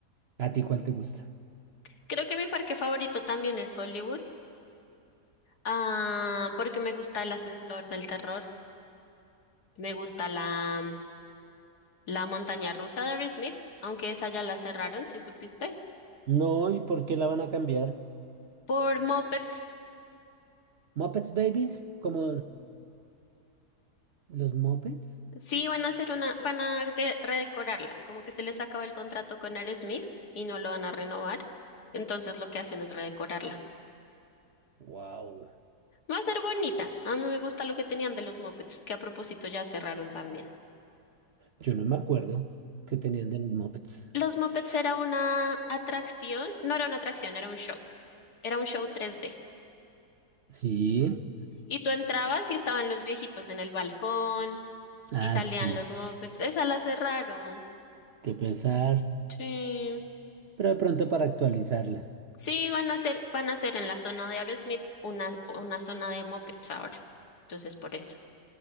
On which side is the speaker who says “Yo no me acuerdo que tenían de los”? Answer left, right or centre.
Right